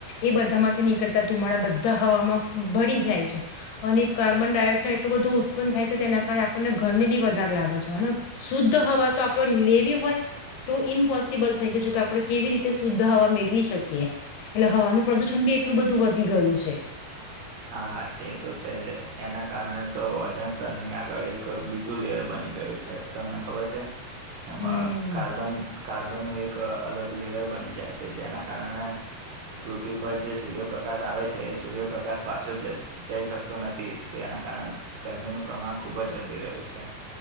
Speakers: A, on the left (about 80°); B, on the right (about 80°).
A: એ બધામાંથી નીકળતા ધુમાડા બધા હવામાં ભળી જાય છે અને કાર્બન ડાયોક્સાઇડ એટલું બધું ઉત્પન્ન થાય છે તેના કારણે આપણને ગરમી બી વધારે લાગે છે અને શુદ્ધ હવા તો આપ લેવવી હોય તો ઇમ્પોસિબલ થઈ ગયું છે કે આપણે કેવી રીતે શુદ્ધ હવા મેળવી શકીએ એટલે હવાનું પ્રદુષણ બી એટલું બધું વધી ગયું છે
B: હા એ તો છે જ એના કારણે તો વજન સ્તરની આગળ એક બીજું લેયર બની ગયું છે તમને ખબર છે એમાં
A: હમ
B: કાર્બન કાર્બનનું એક અલગ લેયર બની જાય છે જેના કારણે પૃથ્વી પર જે સૂર્યપ્રકાશ આવે છે એ સૂર્યપ્રકાશ પાછો જ જઈ શકતો નથી તેના કારણે ગરમીનું પ્રમાણ ખુબ જ વધી રહ્યું છે.